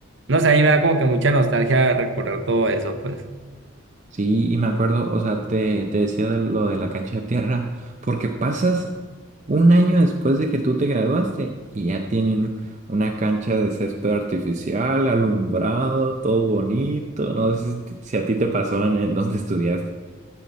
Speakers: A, on the right; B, on the right.
A: no sé, a mí me da como que mucha nostalgia recordar todo eso, pues.
B: Sí, y me acuerdo, o sea, te, te decía de lo de la cancha de tierra, porque pasas un año después de que tú te graduaste y ya tienen una cancha de césped artificial, alumbrado, todo bonito. No sé si, si a ti te pasó en, en donde estudiaste.